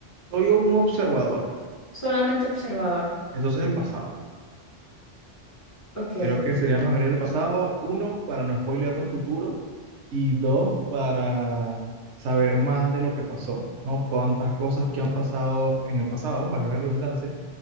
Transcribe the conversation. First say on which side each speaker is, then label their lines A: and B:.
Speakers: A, on the right; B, on the left.
A: Soy un observador.
B: solamente observador.
A: Entonces el pasado.
B: Ok.
A: Creo que sería mejor ir al pasado, uno, para no spoilearme el futuro y dos, para saber más de lo que pasó, ¿no? Tantas cosas que han pasado en el pasado, valga la redundancia